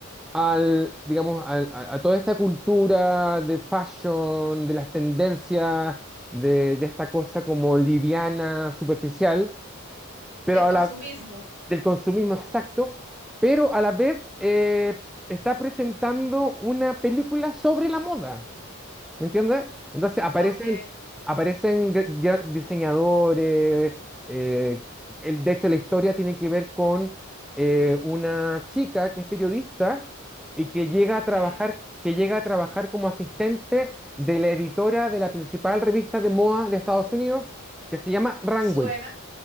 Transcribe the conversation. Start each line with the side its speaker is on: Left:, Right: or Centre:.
Centre: al, digamos, al- a, a toda esta cultura de fashion, de las tendencias, de, de esta cosa como liviana, superficial, pero
Right: del
Centre: a
Right: consumismo.
Centre: la, del consumismo exacto, pero a la vez eh, está presentando una película sobre la moda. ¿Me entiendes? Entonces aparecen,
Right: Ok,
Centre: aparecen gr- gr- diseñadores. eh, el, de hecho, la historia tiene que ver con eh, una chica que es periodista y que llega
Right: ok.
Centre: a trabajar, que llega a trabajar como asistente de la editora de la principal revista de moda de Estados Unidos, que se llama Runway.
Right: Suena,